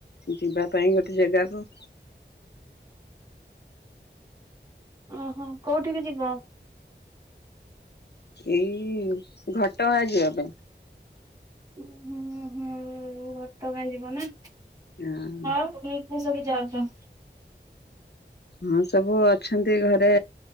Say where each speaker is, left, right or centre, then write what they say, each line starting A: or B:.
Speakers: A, on the left; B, on the right.
A: ଯିବା ପାଇଁ ଗୋଟେ ଯେଗାକୁ।
B: ଓହୋ କୋଉଠିକି ଯିବ?
A: ଏଇ ଘଟ ଗାଁ ଯିବା ପାଇଁ।
B: ହୁଁ ହୁଁ ଭତ ଗାଞଜିବ ନା।
A: ହଁ।
B: <unintelligible> ଯାଉଚ।
A: ହଁ ସବୁ ଅଛନ୍ତି ଘରେ